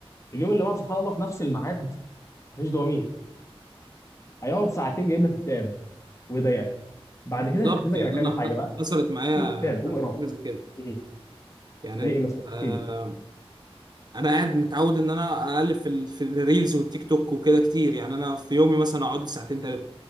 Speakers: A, on the left; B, on the right.
A: اليوم اللي بعده سبحان الله في نفس الميعاد مفيش دوبامين هيقعد ساعتين جايب لك كتاب ويضايقك بعد
B: بالظبط
A: كده هيحفزك
B: يعني
A: انك تعمل
B: انا ح-
A: حاجه بقى
B: حصلت معايا
A: في كتاب قوم اقراه
B: حاجه زي كده
A: ايه
B: يعني
A: زي
B: انت
A: ايه مثلا
B: تبقى
A: احكي لي
B: انا قاعد متعود ان انا اقلب في ال... في الريلز والتيك توك وكده كتير يعني انا في يومي مثلا اقعد لي ساعتين ثلاثه